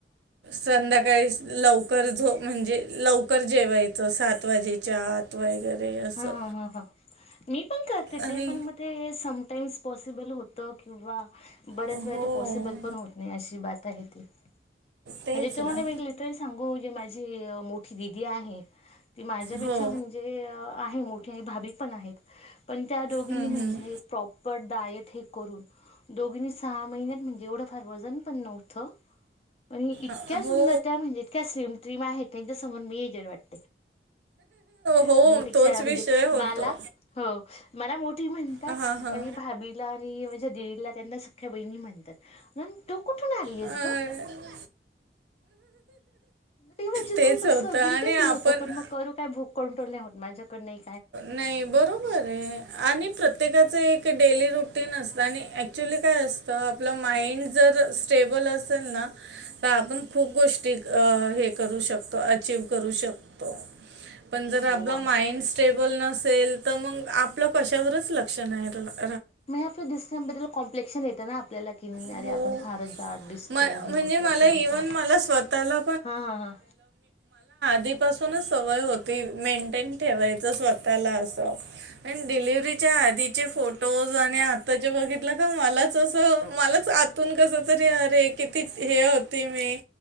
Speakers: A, on the right (about 75°); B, on the left (about 35°).
A: संध्याकाळी लवकर झोप म्हणजे, लवकर जेवायचं सात वाजेच्या आत वगैरे असं
B: हा हा हा. मी पण करते,
A: आणि
B: ते पण मग ते समटाईम्स पॉसिबल होतं किंवा बऱ्याच
A: हो
B: वेळा ते पॉसिबल पण होत नाही, अशी बात आहे ती
A: तेच
B: म्हणजे तुम्हाला
A: ना
B: मी लिट्रली सांगू जे माझे मोठी दिदी आहे ती माझ्यापेक्षा
A: हो
B: म्हणजे आहे. मोठी भाभी पण आहेत. पण त्या दोघींनी
A: हम्म,
B: म्हणजे
A: हम्म.
B: प्रॉपर डाएट <unintelligible> करून दोघीनी सहा महिन्यात म्हणजे एवढं फार वजन पण नव्हथ. आणि इतक्या
A: अ- हो
B: सुंदर त्या म्हणजे इतक्या स्लिम ट्रीम आहेत त्यांच्या समोर मी एजेड वाटते. <unintelligible>
A: हो
B: म्हणजे
A: तोच विषय होतो
B: मला हो मला मो ती म्हणतात
A: हां हां
B: आणि भाभीला ती माझ्या दिदीला त्यांना सख्या बहिणी म्हणतात, म्हणून तु कुठून आलीयस
A: अं,
B: ग? ते म्हणजे
A: तेच
B: खूप असं
A: होतं आणि
B: गिल्टी फील
A: आपण
B: होतं पण मग करू काय भूक कंट्रोल नाही होत. माझ्याकडं नाई
A: नाही बरोबरए आहे आणि प्रत्येकाच एक ते डेली रुटीन असतं आणि ॲक्च्युली काय असतं, आपलं माइंड जर स्टेबल असेल ना तर आपण खूप गोष्टी अ हे करू शकतो अचीव करू शक पण जर
B: हो
A: आपला
B: आता
A: माइंड स नसेल तर मग आपलं कशावरच लक्ष नाही रहा
B: नाही आपल्या दिसण्याबद्दल कॉम्प्लेक्शन येतं ना आपल्याला कि, मी
A: हो.
B: अरे आपण फारच जाड दिसतो
A: म
B: हे
A: म्हणजे
B: होत
A: मला
B: ते
A: इव्हन
B: होत
A: मला स्वतःला
B: हा हा.
A: धी पासूनच सवय होती मेंटेन ठेव तर स्वतःला अस अन डिलिव्हरीच्या आधीचे फोटोज आणि आताचे बघितलं का मला जसं मलाच आतून कसं तरी अरे किती हे होते मी